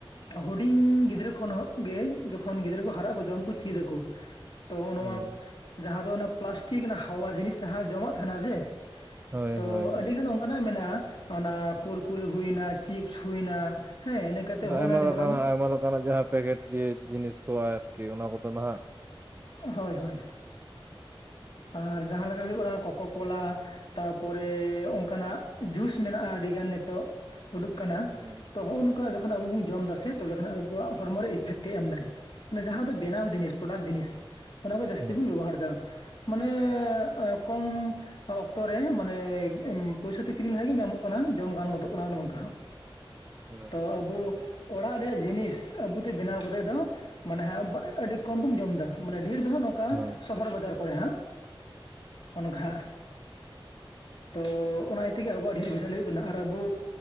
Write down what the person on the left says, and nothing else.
ᱦᱩᱰᱤᱧ ᱜᱤᱫᱽᱨᱟᱹ ᱠᱷᱚᱱ ᱜᱮ ᱡᱚᱠᱷᱚᱱ ᱜᱤᱫᱽᱨᱟᱹ ᱠᱚ ᱦᱟᱨᱟᱜ ᱟᱠᱚ ᱡᱚᱢ ᱠᱚ ᱪᱮᱫ ᱟᱠᱩ ᱛᱚ ᱱᱚᱣᱟ
ᱡᱟᱦᱟᱸ ᱫᱚ ᱚᱱᱟ ᱯᱞᱟᱥᱴᱤᱠ ᱱᱟᱜ ᱦᱟᱣᱟ ᱡᱤᱱᱤᱥ ᱡᱟᱦᱟᱸ ᱡᱚᱢᱟᱜ ᱛᱟᱦᱮᱱᱟ ᱡᱮ
ᱛᱚ
ᱟᱹᱰᱤᱜᱟᱱ ᱚᱱᱠᱟᱱᱟᱜ ᱢᱮᱱᱟᱜᱼᱟ, ᱚᱱᱟ ᱠᱩᱨᱠᱩᱨᱤ ᱦᱩᱭᱱᱟ ᱪᱤᱯᱥ ᱦᱩᱭᱱᱟ ᱦᱮᱸ ᱠᱟᱛᱮ ᱦᱚᱸᱜᱼᱚ
ᱱᱟ ᱡᱮ
ᱦᱚᱞᱟᱢ
ᱦᱳᱭ ᱦᱳᱭ ᱟᱨ ᱡᱟᱦᱟᱸ ᱞᱮᱠᱟ ᱦᱩᱭᱩᱜ ᱠᱟᱱᱟ ᱠᱚᱠᱚ ᱠᱚᱞᱟ ᱛᱟᱨᱯᱚᱨᱮ ᱚᱱᱠᱟᱱᱟᱜ ᱡᱩᱥ ᱢᱮᱱᱟᱜᱼᱟ ᱟᱹᱰᱤᱜᱟᱱ ᱱᱤᱛᱚᱜ᱾ ᱩᱸᱰᱩᱠ ᱠᱟᱱᱟ
ᱛᱚ ᱦᱚᱸᱜ-ᱱᱚ ᱚᱱᱠᱟᱱᱟᱜ ᱡᱚᱠᱷᱚᱱ ᱟᱵᱚ ᱵᱚᱱ ᱡᱚᱢ ᱫᱟᱥᱮ, ᱛᱚᱵᱮ ᱠᱷᱟᱱ ᱟᱵᱚᱣᱟᱜ ᱦᱚᱲᱢᱚᱨᱮ ᱤᱯᱷᱮᱴ ᱮ ᱮᱢ ᱫᱟᱭ᱾ ᱡᱟᱦᱟᱸ ᱫᱚ ᱵᱮᱱᱟᱣ ᱡᱤᱱᱤᱥ, ᱯᱨᱚᱰᱟᱠᱴ ᱡᱤᱱᱤᱥ, ᱚᱱᱟ ᱠᱚ ᱡᱟᱹᱥᱛᱤ
ᱵᱚᱱ ᱵᱮᱵᱚᱦᱟᱨ ᱫᱟ᱾ ᱢᱟᱱᱮ ᱠᱚᱢ ᱚᱠᱛᱚᱨᱮ ᱢᱟᱱᱮ ᱯᱚᱭᱥᱟᱛᱮ ᱠᱤᱨᱤᱧ ᱞᱮᱠᱟᱱ ᱜᱮ ᱧᱟᱢᱚᱜ ᱠᱟᱱᱟ, ᱡᱚᱢ ᱜᱟᱱ ᱜᱚᱫᱚᱜ ᱠᱟᱱᱟ ᱱᱚ ᱱᱚᱝᱠᱟ ᱦᱟᱸᱜ᱾
ᱛᱚ ᱟᱵᱚ ᱚᱲᱟᱜ ᱨᱮᱭᱟᱜ ᱡᱤᱱᱤᱥ, ᱟᱵᱚ ᱛᱮ ᱵᱮᱱᱟᱣ ᱠᱟᱛᱮᱜ ᱫᱚ ᱢᱟᱱᱮ ᱦᱟᱸᱜ ᱟᱹᱰᱤ ᱠᱚᱢ ᱵᱚᱱ ᱡᱚᱢ ᱫᱟ ᱢᱟᱱᱮ ᱰᱷᱮᱨ ᱫᱚ ᱦᱟᱸᱜ ᱱᱚᱝᱠᱟ
ᱥᱚᱦᱚᱨ ᱵᱟᱡᱟᱨ ᱠᱚᱨᱮ ᱦᱟᱸᱜ᱾ ᱚᱱᱠᱷᱟ ᱛᱚ ᱚᱱᱟ ᱤᱭᱟᱹ ᱛᱮᱜᱮ ᱟᱵᱚᱣᱟᱜ ᱰᱷᱮᱨ ᱵᱷᱮᱡᱟᱞ ᱦᱩᱭᱩᱜ ᱠᱟᱱᱟ, ᱟᱨ ᱟᱵᱩ